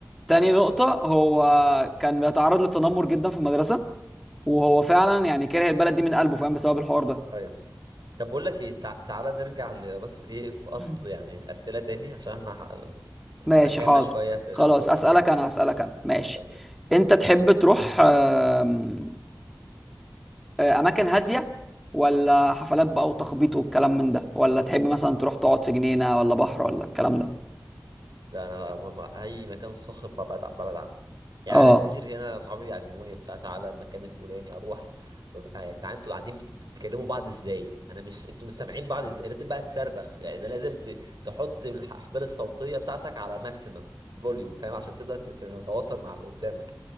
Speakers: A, in the centre; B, on the right.
A: تاني نقطة هو كان بيتعرض للتنمر جدا في المدرسة وهو فعلا يعني كاره البلد دي من قلبه فاهم بسبب الحوار ده
B: أيوه طب بقول لك ايه تع... تعالى نرجع ل- بس ايه في اصل
A: <coughs>
B: يعني الاسئله تاني عشان احنا ح-
A: <clears throat> ماشي
B: دخلنا
A: حاضر
B: شويه في
A: خلاص
B: او طولنا
A: اسالك
B: في الموضوع
A: انا
B: ده
A: اسالك انا ماشي
B: يعني
A: انت تحب تروح آم، آه، اماكن هاديه ولا حفلات بقى وتخبيط والكلام من ده ولا تحب مثلا تروح تقعد في جنينه ولا بحر ولا الكلام ده
B: لا انا بقى- م- م- اي مكان صاخب ببعد ع- ببعد عنه يعني
A: اه
B: انا كتير هنا صحابي يعزموني بتاع تعالى المكان الفلاني اروح ببقى يا جدعان انتوا قاعدين بت... انتوا بتكلموا بعض ازاي انا مش انتوا مش سامعين بعض ازاي لازم بقى تصرخ يعني ده لازم ت... تحط الاحبال الصوتيه بتاعتك على ماكسيمم فوليوم فاهم عشان تقدر تت- تتواصل مع اللي قدامك